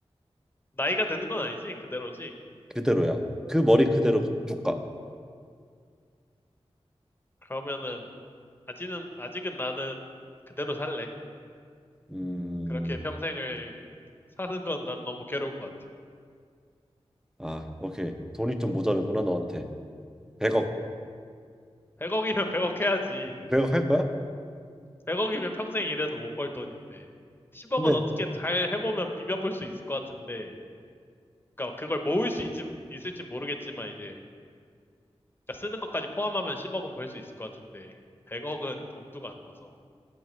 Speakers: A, on the left; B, in the centre.
A: 나이가 드는 건 아니지? 그대로지?
B: 그대로야. 그 머리 그대로 쭉 가.
A: 그러면은, 아직은, 아직은 나는 그대로 살래.
B: 음.
A: 그렇게 평생을 사는 건 난 너무 괴로울 것 같아.
B: 아, 오케이. 돈이 좀 모자르구나 너한테. 100억.
A: 100억이면 100억 <laughs> 해야지.
B: 100억 할 거야?
A: 100억이면 평생 일해도 못 벌 돈인데. 10억은
B: 근데
A: 어떻게 잘 해보면 비벼볼 수 있을 것 같은데. 그러니까 그걸 모을 수 있진, 있을진 모르겠지만 이제, 그러니까 쓰는 것까지 포함하면 10억은 벌 수 있을 것 같은데. 100억은 엄두가 안 나서.